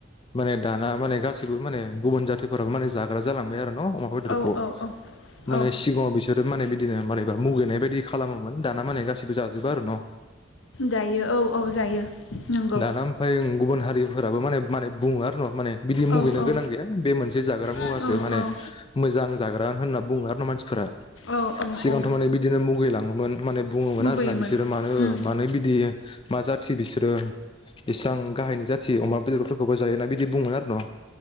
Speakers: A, on the left; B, on the left.
A: माने दाना माने गासिबो माने गुबुन जाथिफोराबो माने जाग्रा जालांबाय आरो न अमा बेदरखौ
B: औ औ
A: माने
B: औ
A: सिगाङाव बिसोरो माने बिदिनो मारैबा मुगैनाय बायदि खालामोमोन दाना माने गासिबो जाजोबो आरो न'
B: जायो औ औ जायो नंगौ
A: दाना ओमफ्राय गुबुन हारिफोराबो माने माने बुङो आरो न' माने बिदि मुगैनो
B: औ औ
A: गोनां गैया बे मोनसे जाग्रा मुवासो
B: औ औ
A: माने मोजां जाग्रा होनना <unintelligible> उनाव मानसिफोरा
B: औ औ
A: सिगांथ'
B: औ
A: माने बिदिनो मुगैलाङोमोन माने बुङोमोन
B: मुगैयोमोन
A: आरोना बिसोरो मानो
B: उम
A: मानो बिदि मा जाथि बिसोरो इसां गाहायनि जाथि अमा बेदरफोरखौबो जायोना बिदि बुङोमोन आरो न'